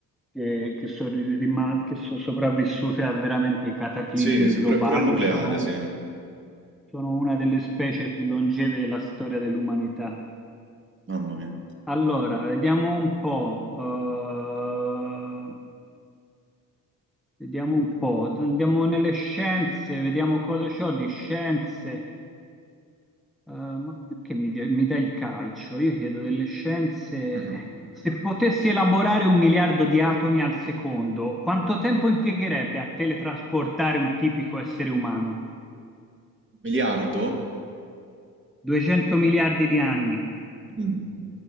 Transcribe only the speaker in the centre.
che, che sono ri- rima- che sono sopravvissute a veramente cataclismi
globali,
sono,
sono una delle specie più longeve della storia dell'umanità.
Allora, vediamo un po', eh, vediamo un po', andiamo nelle scienze, vediamo cosa c'ho di scienze. Eh, ma perché mi, de- mi dai il calcio? Io chiedo delle scienze.
Se potessi elaborare un miliardo di atomi al secondo, quanto tempo impiegherebbe a teletrasportare un tipico essere umano?
200 miliardi di anni.